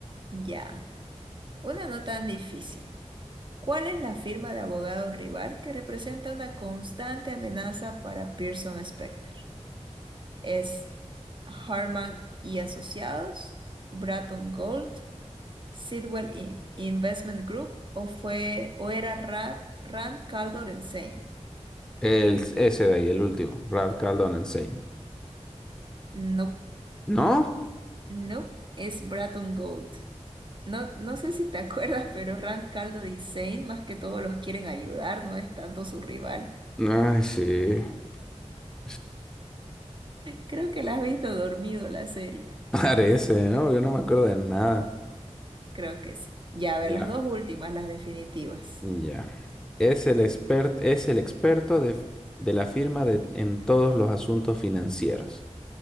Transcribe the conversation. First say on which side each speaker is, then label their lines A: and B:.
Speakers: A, on the right; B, in the centre.
A: ya. Una no tan difícil. ¿Cuál es la firma de abogados rival que representa una constante amenaza para Pearson Spector? ¿Es Harman y Asociados, Bratton Gold, Sidwell In- Investment Group o fue o era Rand, Rand Caldor and Sane?
B: El ese de ahí, el último, Ralph Caldón Insane.
A: No,
B: ¿No?
A: no, es Bratton Gold. No, no sé si te <laughs> acuerdas, pero Rand Caldor y Sane más que todos los quieren ayudar, no es tanto su rival.
B: Ay, sí. <laughs>
A: Creo que la has visto dormido la serie.
B: Parece, ¿no? Yo no me acuerdo de nada.
A: Creo que sí. Ya, a ver,
B: Ya.
A: las dos últimas, las definitivas.
B: Ya. Es el expert, es el experto de, de la firma de- en todos los asuntos financieros.